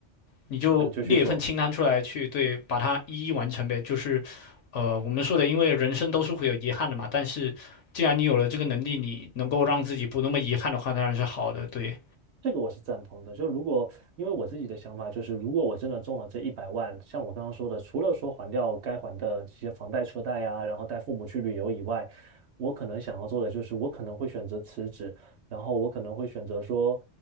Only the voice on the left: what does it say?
你就列一份清单出来去对，
把它一一完成呗。就是，呃，我们说的，因为人生都是会有遗憾的嘛。但是，既然你有了这个能力，你能够让自己不那么遗憾的话，当然是好的。对，